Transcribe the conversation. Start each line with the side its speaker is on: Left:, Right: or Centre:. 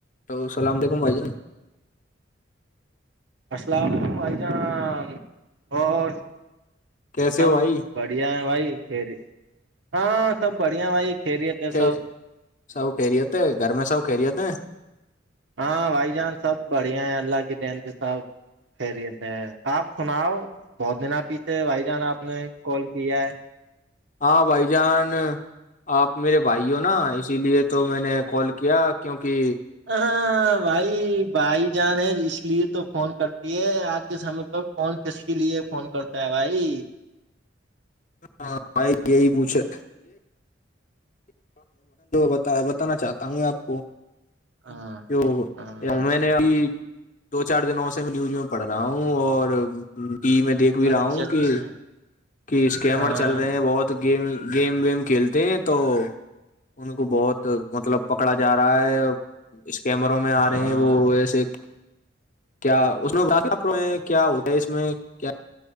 Left: تو اللام علیکم بھائی جان
Right: السلام علیکم بھائی جاں اور
Left: کیسے
Right: سب
Left: ہو بھائی
Right: بڑھیا ہے بھائیری ہاں سب بڑھیا بھائی کریتے
Left: خیر
Right: سب
Left: سب فریےتے ہیں گھر میں سب فریےت ہیں
Right: ہاں بھائی جان سب بڑھیا ہیں اللہ کے ن سے سب خیریت ہے آپ سناؤ بہت دن آ پیچھے بھائی جان آپ نے کال کیا ہے
Left: ہاں بھائی جان آپ میرے بھائی ہو نا اسی لیے تو میں نے کال کیا کیوںکہ
Right: ہ بھائی بھائی جان ہے اس لیے تو فون کرتی ہے آج کے سمے پ کون کس کے لیے فون کرتا ہے بھائی
Left: ہاں بھائی یہی پوھے بتا بتانا چاہتا ہوں میں آپ کو
Right: ہاں
Left: تو
Right: ہاں
Left: میں نے اب دو چار دنوں سے میں نیوز میں پڑھ رہا ہوں اور ٹی وی میں دیکھ بھی
Right: اچھا
Left: رہا ہوں
Right: اچھا
Left: کہ کہ اسکیمر
Right: ہاں
Left: چل رہے ہیں بہت تو گیم گیم ویم کھیلتے ہیں تو ان کو بہت مطلب پکڑا جا رہا ہے اس کیمروں میں آ
Right: ہاں
Left: رہے ہیں وہ ایسے کیا اس میں ب پرو ہیں کیا ہوتا ہے اس میں کیا